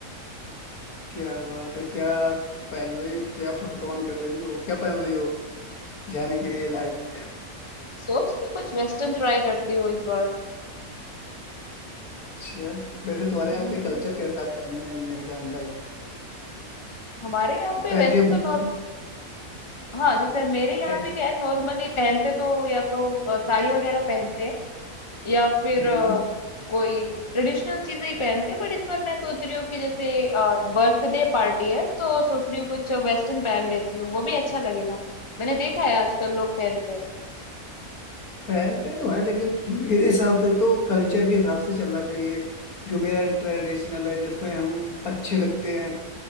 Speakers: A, on the left; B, on the left.
A: क्या बात है क्या पहन रही हो क्या फोटो ऑन कर रही हो क्या पहन रही हो जाने के लिए
B: मैं
A: लाइक
B: सोच रही कुछ वेस्टर्न ट्राई करती हूँ इस बार
A: अच्छा वैसे तुम्हारे
B: हम्म
A: यहाँ पे कल्चर कैसा है पहनने ओढ़ने का Like
B: हमारे यहाँ पे वैसे
A: as a Mughal
B: तो नॉर्म हाँ जैसे मेरे यहाँ
A: as-
B: पे क्या है नॉर्मली पहनते तो या तो अ, साड़ी वगैरह पहनते हैं या फिर
A: हम्म,
B: अ, कोई ट्रेडिशनल चीजें ही पहनते हैं बट इस बार मैं सोच रही हूँ कि जैसे बर्थडे पार्टी है तो सोच रही हूँ कुछ वेस्टर्न पहन लेती हूँ वो भी अच्छा लगेगा मैंने देखा है आजकल लोग पहनते हैं
A: पहनते तो हैं लेकिन मेरे हिसाब से तो कल्चर के हिसाब से चलना चाहिए जो मेरा ट्रेडिशनल है जिसमें हम अच्छे लगते हैं